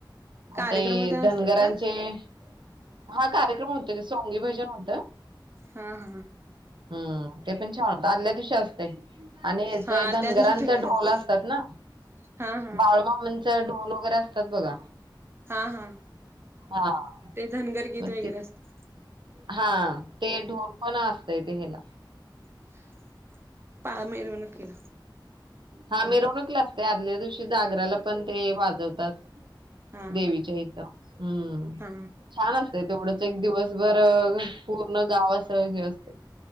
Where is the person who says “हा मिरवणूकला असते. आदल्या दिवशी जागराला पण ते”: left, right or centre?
Right